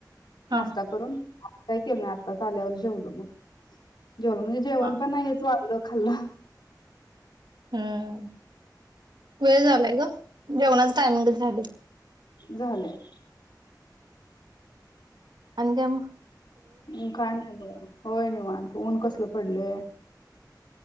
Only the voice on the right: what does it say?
हा
हा
हम् वेळ झालाय ग जेवणाच टायमिंगच झाली.
आणि काय म